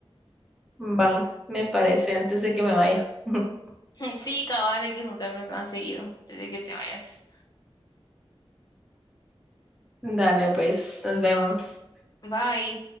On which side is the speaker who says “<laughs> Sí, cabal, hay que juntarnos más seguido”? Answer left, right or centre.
Left